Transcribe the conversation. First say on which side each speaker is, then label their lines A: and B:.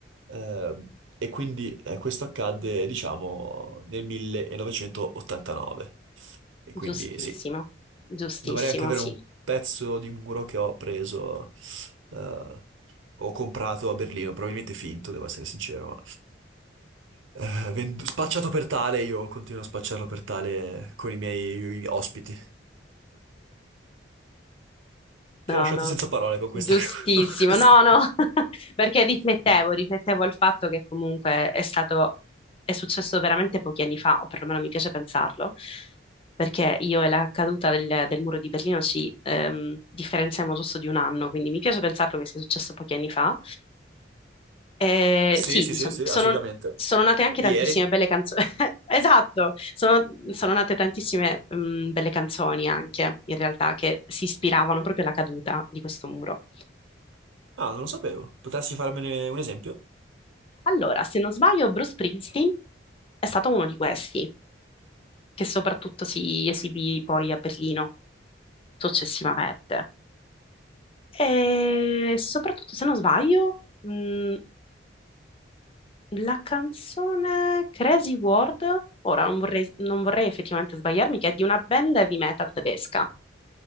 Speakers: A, on the right; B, on the left.
A: Ehm, e quindi eh, questo accadde, diciamo, nel 1989. E quindi
B: Giustissimo,
A: sì,
B: giustissimo,
A: Dovrei anche avere
B: sì.
A: un pezzo di muro che ho preso, eh, ho comprato a Berlino, probabilmente finto, devo essere sincero, ma eh, vendu- spacciato per tale, io continuo a spacciarlo per tale con i miei ospiti. Ti
B: No,
A: ho lasciato
B: no,
A: senza parole con
B: giustissimo,
A: questa... <laughs> con questa-
B: no, no, <laughs> perché riflettevo, riflettevo al fatto che comunque è stato, è successo veramente pochi anni fa, o perlomeno mi piace pensarlo, perché io e la caduta del, del muro di Berlino ci ehm, differenziamo giusto di un anno, quindi mi piace pensarlo che sia successo pochi anni fa, eh,
A: Sì,
B: sì,
A: sì,
B: diciamo,
A: sì, sì,
B: sono,
A: assolutamente.
B: sono nate anche
A: Ieri?
B: tantissime belle canzoni. <laughs> Esatto, sono, sono nate tantissime mm, belle canzoni anche, in realtà, che si ispiravano proprio alla caduta di questo muro.
A: Ah, non lo sapevo. Potresti farmene un esempio?
B: Allora, se non sbaglio, Bruce Springsteen è stato uno di questi, che soprattutto si esibì poi a Berlino successivamente. E soprattutto, se non sbaglio, mh, La canzone Crazy World, ora non vorrei, non vorrei effettivamente sbagliarmi, che è di una band heavy metal tedesca.